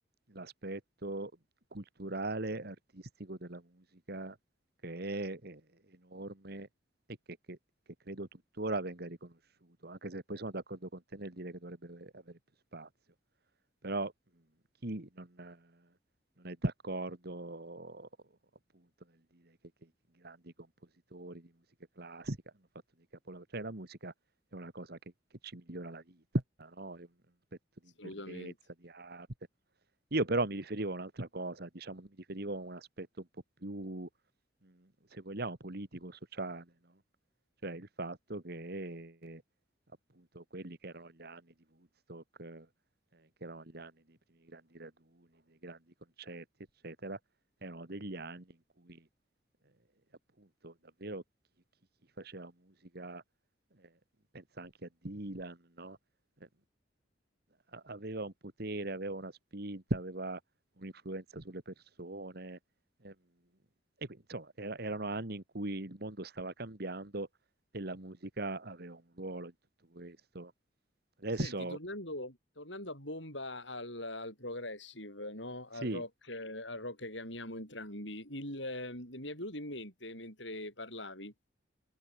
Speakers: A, on the right (about 55°); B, on the left (about 75°).
A: l'aspetto culturale, artistico della musica, che è eh, enorme e che, che- che credo tuttora venga riconosciuto, anche se poi sono d'accordo con te nel dire che dovrebbe avere più spazio. Però mh, chi non, non è d'accordo appunto nel dire che, che i grandi compositori di musica classica hanno fatto dei capolavori, cioè la musica è una cosa che, che ci migliora la vita, no? È un aspetto
B: assolutamente.
A: di bellezza, di arte. Io però mi riferivo a un'altra cosa, diciamo, mi riferivo a un aspetto un po' più, mh, se vogliamo, politico, sociale, no? Cioè il fatto che appunto quelli che erano gli anni di Woodstock, eh, ehm, che erano gli anni dei primi grandi raduni, dei grandi concerti, eccetera, erano degli anni in cui, ehm, appunto, davvero chi chi chi faceva musica, ehm, pensa anche a Dylan, no, ehm, a aveva un potere, aveva una spinta, aveva un'influenza sulle persone, ehm, e quindi insomma era erano anni in cui il mondo stava cambiando e la musica aveva un ruolo in tutto questo. Adesso
B: Senti, tornando, tornando a bomba al, al progressive, no? Al
A: sì.
B: rock, eh, al rock che amiamo entrambi, il, eh, mi è venuto in mente mentre parlavi